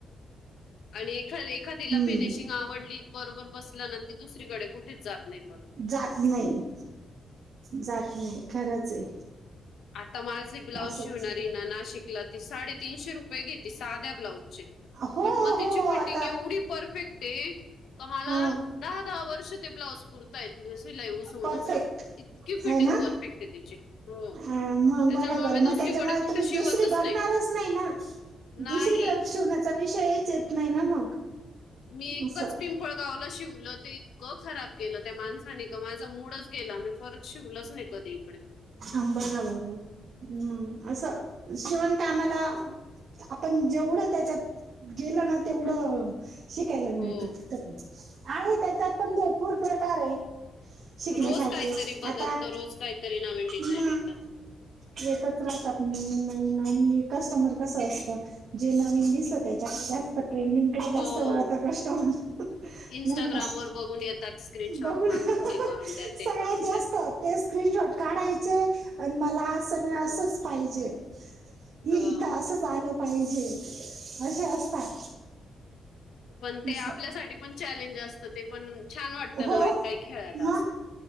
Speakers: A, on the left; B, on the right.
A: आणि एखाद एखादीला
B: हम्म
A: फिनिशिंग आवडली बरोबर बसल्या ना त दुसरीकडे कुठेच जात नाही परत
B: जात नाही जात नाही खरंच आहे
A: आता माझ ब्लाउज
B: असंच
A: शिवन रिना नाशिकला ती साडेतीीनशे रुपये घेतती साध्या ब्लाउऊज चे
B: हो
A: पण मग तिची
B: हो
A: फिटिंग
B: आता
A: एवढी परफेक्ट आहे का मला
B: हा
A: दहा दहा वर्ष ते ब्लाउज पुरता य सिलाई उसूनसून
B: परफेक्ट
A: इतकी फिटिंग
B: आहे ना
A: परफेक्ट आहे तिची हो
B: अ मग
A: त्याच्यामुळे
B: बघा बरं
A: मी दुसरीकडे
B: मग त्याच्यामुळे
A: कुठे
B: तुम्ही
A: शिवतच
B: दुसरी बघणारच
A: नाही.
B: नाही ना
A: नाही
B: दुसरीकडे शिवण्याचा विषयच येत नाही ना मग
A: मी एकच
B: असं
A: पिंपळ गावलं शिवलं ते इतकं खराब केलं त्या माणसाने का माझं मूडच गेलं आम्ही परत शिवलच नाही कधी इकडे
B: आंबगा बरम असं शिवणकामाला आपण जेवढं त्याच्यात गेलं ना तेवढं शिकायला मिळत
A: हो
B: आहे त्याच्यात पण भरपूर प्रकार आहे शिकण्यासारखे
A: रोज काहीतरी बदलत
B: आता
A: रोज काहीतरी नवीन डिझाईन
B: मग
A: येत
B: येतच राहतात नवीन नवीन आणि कस्टमर कस अस जे नवीन दिसलं त्याच्याकडे जास्त ट्रेंडिंगकडे
A: हो
B: जास्त वळत कस्टमर
A: इंस्टाग्रामवर
B: नाही का
A: बघून येतात स्क्रीनशॉट
B: बघड
A: मारून
B: सगळ्यात
A: हे करून द्या ते करून
B: जास्त
A: द्या
B: ते स्क्रीनशॉट काढायचे मला अस
A: हं,
B: असच पाहिजे हे
A: हो
B: इथं असंच आलं पाहिजे असे असतात
A: पण ते
B: अस
A: आपल्यासाठी पण चॅलेंज असतं ते पण छान वाटतं
B: हो
A: नवीन काही खेळायला
B: मग
A: असं